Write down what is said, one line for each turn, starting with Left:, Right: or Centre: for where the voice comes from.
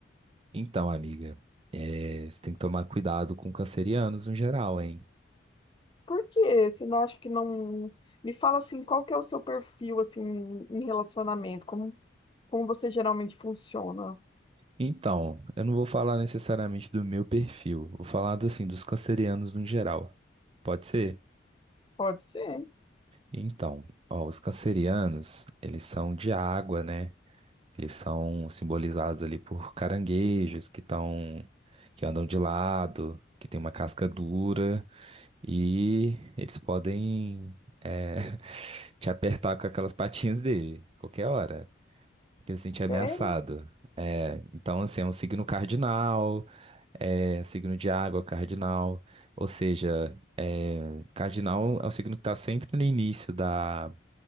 Right: Então, amiga, é, você tem que tomar cuidado com cancerianos no geral, hein?
Left: Por quê? Você não acha que não. Me fala assim, qual que é o seu perfil assim em relacionamento? Como, como você geralmente funciona?
Right: Então, eu não vou falar necessariamente do meu perfil, vou falar assim dos cancerianos no geral. Pode ser?
Left: Pode ser.
Right: Então, ó, os cancerianos, eles são de água, né? Eles são simbolizados ali por caranguejos que estão, que andam de lado, que tem uma casca dura e eles podem eh, <laughs> te apertar com aquelas patinhas dele, qualquer hora, que ele se sentir
Left: Sério?
Right: ameaçado. É, então, assim, é um signo cardinal, é signo de água cardinal, ou seja, eh, cardinal é o signo que está sempre no início da,